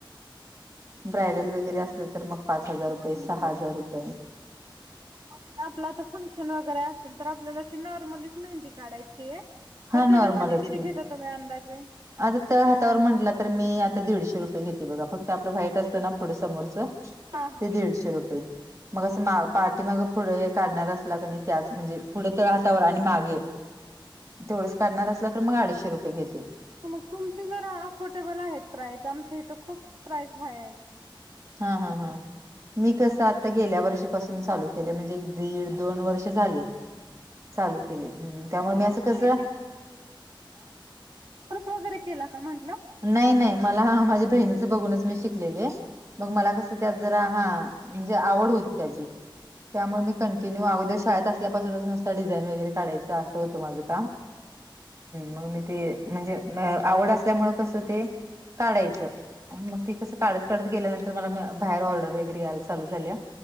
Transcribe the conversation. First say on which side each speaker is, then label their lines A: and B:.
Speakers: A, on the right (about 65°); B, on the right (about 35°).
A: हां,
B: ब्रायडल
A: हां.
B: वगैरे असलं तर मग पाच हजार रुपये सहा हजार रुपये.
A: र आपला आता फंक्शन वगैरे असेल तर आपल्याला जशी नॉर्मलच मेहंदी. काढायची
B: हा
A: तर त्याच्यासाठी
B: नॉर्मलच
A: किती
B: की
A: घेत तुम्ही अंदाजे
B: आता तळ हातावर म्हटला तर मी आता दीडशे रुपये घेते बघा फक्त आपलं वाईट असतं ना पुढं समोरच ते
A: हा हा
B: दीडशे
A: हा.
B: रुपये मग असं. पार्टी मग पुढं हे काढणार असला क त्याच म्हणजे पुढं त हातावर आणि मागे तेवढंच काढणार असलं तर मग अडीशे रुपये घेते.
A: मग तुमची घर अफोर्डेबल आहेत प्राइस आमच्या इथं खूप प्राइस हाय आहेत.
B: हा हा हा. मी कसं आता गेल्या वर्षीपासून चालू केलं म्हणजे दीड दोन वर्ष झाले. चालू केलेय
A: म्हणजे
B: त्यामुळे
A: कोर्स
B: मी असं
A: वगैरे
B: कस.
A: पस वगैरे केला का म्हंटलं.
B: नाही नाही मला हा माझ्या बहिणीच बघूनच मी शिकलेले मग
A: अच्छा
B: मला कसं त्यात जरा हा. म्हणजे आवड होती त्याची त्यामुळे मी कंटिन्यू अगोदर शाळेत असल्यापासून नुस डिझाईन वगैरे काढायंच अस. त माझ का् मग मी ते म्हणजे आवड असल्यामुळे कस ते काढायचं मग ते कसं काढत काढत गेल्यानंतर तर मला बाहेर ऑर्डर वगैरे यायला चालू झाली.